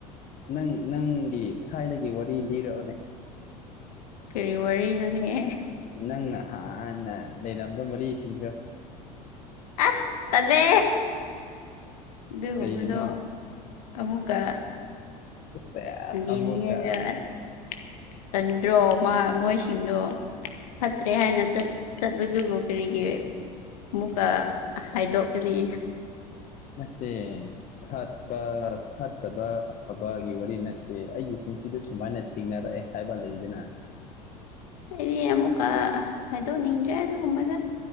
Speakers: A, on the left; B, on the left.
A: ꯅꯪ ꯅꯪꯒꯤ ꯊꯥꯏꯅꯒꯤ ꯋꯥꯔꯤ ꯂꯤꯔꯛꯑꯣꯅꯦ
B: ꯀꯔꯤ ꯋꯥꯔꯤꯅꯣꯅꯦ
A: ꯅꯪꯅ ꯍ ꯍꯥꯟꯅ ꯂꯩꯔꯝꯕ ꯃꯔꯤꯁꯤꯡꯗꯣ
B: ꯑꯁ ꯇꯜꯂꯦ ꯑꯗꯨꯒꯨꯝꯕꯗꯣ
A: ꯀꯩꯒꯤꯅꯣ
B: ꯑꯃꯨꯛꯀ
A: ꯑꯦ ꯁꯦꯁ
B: ꯌꯦꯡꯂꯤꯉꯩꯗ
A: ꯑꯃꯨꯛꯀ
B: ꯑꯁ ꯇꯟꯗ꯭ꯔꯣ ꯃꯥ ꯃꯣꯏꯁꯤꯡꯗꯣ ꯐꯠꯇ꯭ꯔꯦ ꯍꯥꯏꯅ ꯆꯠ ꯆꯠꯕꯗꯨꯕꯨ ꯀꯔꯤꯒꯤ ꯃꯨꯛꯀ ꯍꯥꯏꯗꯣꯛꯀꯅꯤ
A: ꯃꯇꯦ ꯐꯠꯄ ꯐꯠꯇꯕ ꯑꯐꯕꯒꯤ ꯋꯥꯔꯤ ꯅꯠꯇꯦ ꯑꯩꯒꯤ ꯄꯨꯟꯁꯤꯗ ꯁꯨꯃꯥꯏꯅ ꯊꯦꯡꯅꯔꯛꯑꯦ ꯍꯥꯏꯕ ꯂꯩꯗꯅꯥ
B: ꯑꯩꯗꯤ ꯑꯃꯨꯛꯀ ꯍꯥꯏꯗꯣꯛꯅꯤꯡꯗ꯭ꯔꯦ ꯑꯗꯨꯒꯨꯝꯕꯗꯣ